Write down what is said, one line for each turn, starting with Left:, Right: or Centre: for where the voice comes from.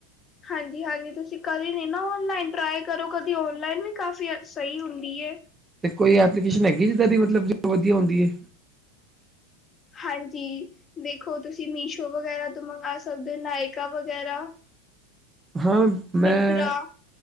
Left: ਹਾਂਜੀ-ਹਾਂਜੀ ਤੁਸੀਂ ਕਦੀ ਨੀ ਨਾ ਔਨਲਾਈਨ ਟਰਾਈ ਕਰੋ ਕਦੀ ਔਨਲਾਈਨ ਵੀ ਕਾਫ਼ੀ ਸਈ ਹੁੰਦੀ ਏ।
Right: ਤੇ ਕੋਈ ਐਪਲੀਕੇਸ਼ਨ ਹੈਗੀ ਜਿੱਦਾਂ ਦੀ ਮਤਲਬ ਜੋ ਵਦੀਆ ਹੁੰਦੀ ਏ।
Left: ਹਾਂਜੀ। ਵੇਖੋ ਤੁਸੀਂ ਮੀਸ਼ੋ ਵਗੈਰਾ ਤੋਂ ਮੰਗਾ ਸਕਦੇ ਓ, ਨਾਇਕਾ ਵਗੈਰਾ
Right: ਹਾਂ ਮੈਂ
Left: ਮਿੰਤਰਾ